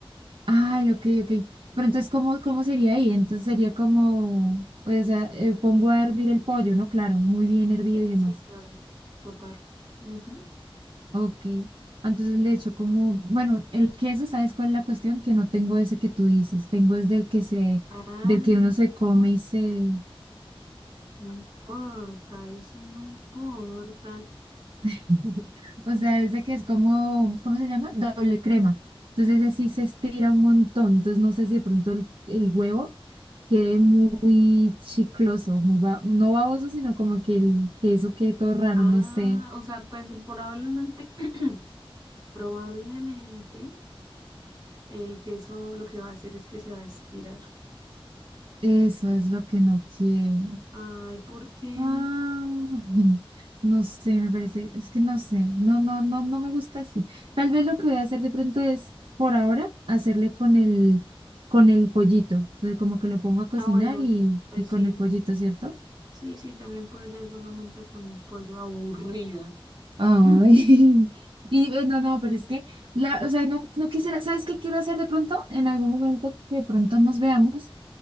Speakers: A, on the right; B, on the right.
A: ay, ok, ok. Pero entonces, ¿cómo, cómo sería ahí? Entonces sería como, pues, o sea, eh, pongo a hervir el pollo, ¿no? Claro, muy bien hervido
B: Eh,
A: y demás.
B: sí, claro, total. Ujú.
A: Ok, entonces le echo como, bueno, el queso, ¿sabes cuál es la cuestión? Que no tengo ese que tú dices, tengo es del que se,
B: Ay,
A: del que uno
B: no importa,
A: se come y se,
B: no importa, eso no importa.
A: <laughs> o sea, ese que es como, ¿cómo se llama? Doble crema. Entonces ese sí se estira un montón, entonces no sé si de pronto el, el huevo quede muy chicloso, muy ba- no baboso, sino como que el queso quede todo raro,
B: Ah,
A: no sé.
B: o sea, pues probablemente, <clears throat> probablemente el queso lo que va a hacer es que se va a estirar.
A: Eso es lo que no quiero.
B: Ay, ¿por qué
A: Ah,
B: no?
A: <laughs> no sé, me parece, es que no sé, no, no, no, no me gusta así. Tal vez lo que voy a hacer de pronto es, por ahora, hacerle con el, con el pollito. Entonces, como que lo pongo a cocinar
B: Ah, bueno,
A: y,
B: pues
A: y con
B: sí,
A: el pollito, ¿cierto?
B: sí, sí, también puede ser solamente con el pollo aburrida.
A: Ay,
B: <laughs>
A: <laughs> y eh, no, no, pero es que, la, o sea, no, no quisiera, ¿sabes qué quiero hacer de pronto? En algún momento que de pronto nos veamos,